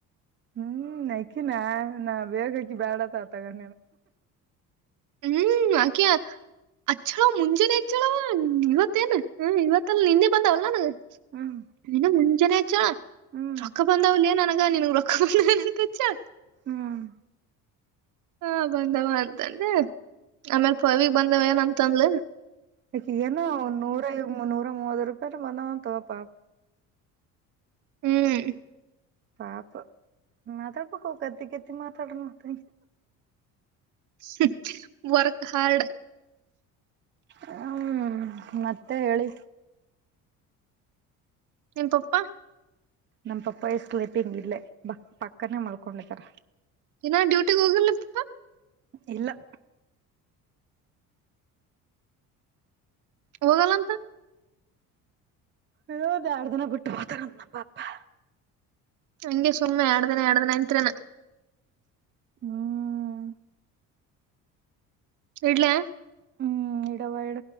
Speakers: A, on the right; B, on the right.
A: ಹ್ಮ್ ನಕಿನ ನಾ ಬೇಕ ಬ್ಯಾಡ ಅತ್ತಾಳ ತಗೋ
B: ಹ್ಮ್ ಆಕೆ ಅಚ್ಚಾಳ ಮುಂಜಾನೆ ಹೆಚ್ಚಳವ ಇವತ್ತೇನ್ ಹ ಇವತ್ತಲ್ಲ ನಿನ್ನೆ ಬಂದಾವಲ್ಲ ನನಗ.
A: ಹ್ಮ್
B: ನನು ಮುಂಜೇನ ಹಚ್ಚಾಳ
A: ಹ್ಮ್
B: ರೊಕ್ಕ ಬಂದಾವುಲ್ಲೇನು ನಗ ನನಗೆ ರೊಕ್ಕ ಬಂದ. ಎದಕ ಕಚ್ಚಾಳ
A: ಹ್ಮ್
B: ಹು ಬಂದವ ಅಂತಂದ ಆಮೇಲ್ ಪವಿ ಗೆ ಬಂದವ ಏನಂತಂದಲ.
A: ಆಕಿಗ ಏನೋ ಒಂದ ನೂರ ನೂರ ಮೂವತ್ತು ರೂಪಾಯ ಬಂದಾವನ್ ತೋಪಾ.
B: ಹ್ಮ್
A: ಪಾಪ ಮಾತಾಡಬೇಕು ಪ ಕತ್ತ ಕತ್ತ ಮಾತ್ರಡ ಮಾತ.
B: <unintelligible> Work hard.
A: ಹ್ಮ್ ಮತ್ತೆ ಹೇಳಿ.
B: ನಿಮ್ಮ ಪಪ್ಪ.
A: ನಮ್ ಪಪ್ಪಾಯ ಸ್ಲೀಪಿಂಗ್ ಇಲ್ಲೇ ಬ ಪಕ್ಕನೇ ಮಲ್ಕೊಂಡಿದಾರೆ.
B: ಇನ್ ಅ ಡ್ಯೂಟಿಗ್ ಹೋಗಿಲ್ಲ ಪಪ್ಪಾ.
A: ಇಲ್ಲಾ
B: ಹೋಗಲ್ಲ ಅಂತ
A: ಇದ ಎರಡ್ ದಿನ ಬಿಟ್ಟು ಹೋತನ ನಮ್ಮ್ ಪಪ್ಪಾ
B: ಹಂಗೆ ಸುಮ್ಮನೆ ಎರಡ್ ದಿನ ಎರಡ್ ದಿನ ಅಂತ್ರಿರೆನ
A: ಹ್ಮ್
B: ಇಡ್ಲಾ
A: ಹ್ಮ್ ಇಡವಾ ಇಡ